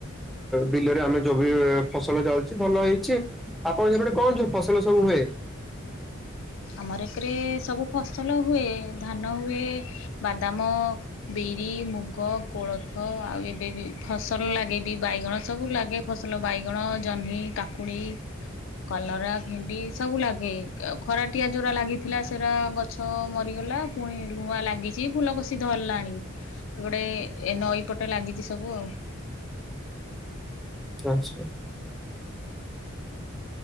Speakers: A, in the centre; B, on the left.
A: ବିଲରେ ଆମେ ଯୋବି ଫସଲ ଯାଉଛି ଭଲ ହେଇଛି? ଆପଣ ସେପଟେ କଣ ସବୁ ଫସଲ ସବୁ ହୁଏ?
B: ଆମର ଏକରେ ସବୁ ଫସଲ ହୁଏ ଧାନ ହୁଏ ବାଦାମ ବିରି ମୁଗ କୋଳଥ ଆଉ ଏବେ ବି ଫସଲ ଲାଗେ ବି ବାଇଗଣ ସବୁ ଲାଗେ ଫସଲ ବାଇଗଣ ଜହ୍ନି କାକୁଡ଼ି କଲରା ଭେଣ୍ଡି ସବୁ ଲାଗେ <unintelligible> ଖରାଟିଆ ଯେଉଁରା ଲାଗିଥିଲା ସେଟା ଗଛ ମରିଗଲା ପୁଣି ଲୁଆଁ ଲାଗିଛି ଫୁଲକଷି ଧରିଲାଣି। ଗୋଟେ ଏ ନଈ ପଟ ଲାଗିଛି ସବୁ ଆଉ।
A: ଆଛା।